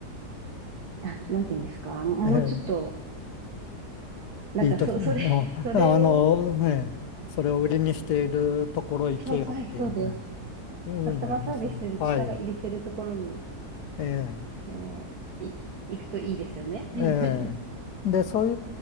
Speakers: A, on the right; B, on the left.
A: う、あなんて言うんですか。もうちょっと、
B: ええ
A: なんかそ、
B: いいと、あの、
A: それ、それを、
B: あのね、それを売りにしているところ行けよっていう、
A: そう、はい、そうです。
B: いうのはありますね。
A: カスタマーサービスに力入れてるところに、
B: はい。ええ。
A: ねえ、い、行くといいですよね。<laughs>
B: ええ。で、そう